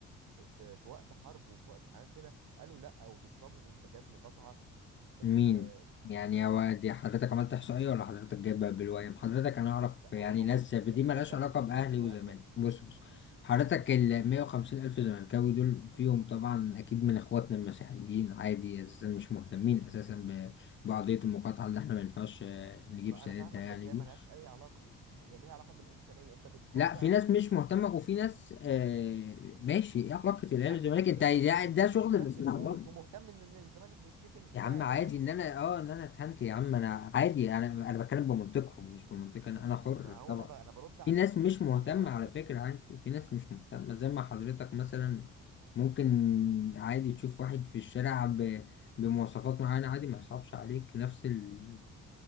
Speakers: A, on the right; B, on the left.
A: في في- في وقت حرب وفي وقت حاجات كده قالوا لا وبيشربوا منتجات مقاطعه بس
B: مين
A: آه،
B: يعني هو دي حضرتك عملت احصائيه ولا حضرتك جايبها بالويم حضرتك انا
A: لا
B: اعرف
A: ده
B: يعني
A: هو هو
B: ناس زي-
A: ده,
B: دي مالهاش
A: ده تخمين
B: علاقه باهلي
A: مؤكد
B: وزمالك بص بص
A: في في
B: حضرتك
A: فاهمك فاهمك
B: ال
A: بس
B: 150 الف
A: مم.
B: زملكاوي دول فيهم طبعا اكيد من اخواتنا المسيحيين عادي اساسا مش
A: مم.
B: مهتمين اساسا ب-
A: مم.
B: بقضيه
A: مم.
B: المقاطعه اللي احنا ما ينفعش آه، نجيب
A: ما
B: سيرتها
A: انا فاهمك
B: يعني
A: بس هي
B: دي
A: ملهاش اي علاقه هي ليها علاقه بالانسانيه انت بتقاطع
B: لا في ناس مش مهتمه وفي ناس آه ماشي ايه علاقه الاهلي
A: يعني حضرتك
B: والزمالك انت ده,
A: مش مهتم
B: ده شغل
A: بالناس
B: الاستعباط
A: بتموت ومهتم ان إن الزمالك بتشتم
B: يا
A: لا
B: عم
A: اله
B: عادي
A: الا
B: ان انا
A: الله
B: اه ان انا اتهنت يا عم انا عادي انا انا بتكلم بمنطقهم مش بمنطق
A: م-
B: انا انا حر
A: م- ما هو
B: طبعا
A: انا ب... انا برد عليهم
B: في ناس
A: بمنطقهم
B: مش مهتمه
A: مش على حضرتك
B: على فكره عادي في ناس مش مهتمه زي ما حضرتك مثلا ممكن عادي تشوف واحد في الشارع ب... بمواصفات معينه عادي ما يصعبش
A: م-
B: عليك
A: م-
B: نفس ال...